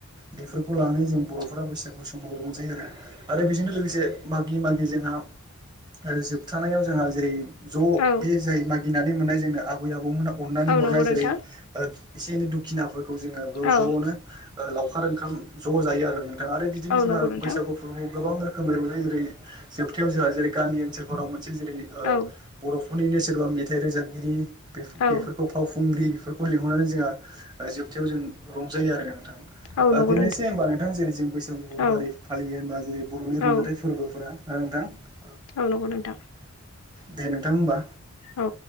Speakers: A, on the right (about 20°); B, on the left (about 80°).
A: बेफोरखौ लानानै जों बर'फोरा बैसागु समाव रंजायो आरो आरो बेजोंनो लोगोसे मागि मागि जोंहा आरो जोबथानायाव जोंहा जेरै जयै
B: औ
A: जाय मागिनानै मोननाय जोंनो आबै आबौमोनहा अननानै
B: औ
A: हरनाय
B: नंगौ नोंथां
A: जेरै ओ एसे एनै दुखिनाफोरखौ जोङो बे
B: औ
A: ज'नो लावखार ओंखाम ज' जायो आरो आरो बिदिनो
B: औ
A: जोंहा
B: नंगौ नोंथां
A: बैसागु फोरबोफोराव गोबां रोखोमै जेरै ओरै <unintelligible> खोथायाव जोंहा जेरै गामि ओनसोलफोराव मोनसे जेरै
B: औ
A: बर'फोरनिनो सोरबा मेथाइ रोजाबगिरि बे
B: औ
A: बेफोरखौ फावखुंग्रि फोरखौ लिंहरनानै जोंहा जोबथायाव जों रंजायो आरो नोंथां।
B: औ
A: ओ
B: नंगौ
A: बेनोसै होमबा नोंथां जेरै जों बैसागुखौ
B: औ
A: मारोरै फालियो होनबा जेरै बर'नि रंजाथाइ
B: औ
A: फोरबोफोरा <unintelligible>
B: औ नंगौ नोंथां।
A: दे नोंथां होमबा।
B: औ।